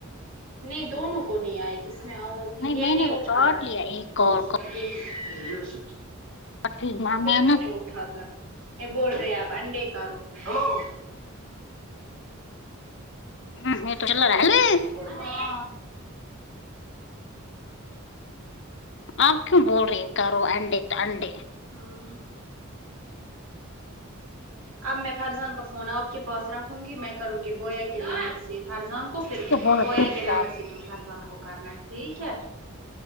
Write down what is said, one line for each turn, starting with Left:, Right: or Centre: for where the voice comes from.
Right: نہیں دونوں کو نہیں آئے گی اس میں آواز نہیں یہ
Left: میں
Right: نہیں
Left: نے وہ
Right: اٹھا
Left: کاٹ
Right: رہا ہے
Left: لیا
Right: فون
Left: ایک کال
Right: پھر
Left: کاٹ لی نا میں نے
Right: کیوں نہیں
Left: ہوں،
Right: ہو اٹھا تا یہ بول رہے آپ انڈے کارو ہلو
Left: ہ تو چ رہلے <unintelligible>
Right: ہاں
Left: آپ کیوں بول رہی کرو انڈے تو انڈے
Right: ہاں اب میں فرضان کا فون آپ کے پاس رکھوں گی میں کروں گی بویا کے نمبر سے فرضان کو پھر
Left: یہ بولا
Right: بویا
Left: چپ
Right: کے
Left: چاپ
Right: نمبر سے تم فرضان کو کرنا ٹھیک ہے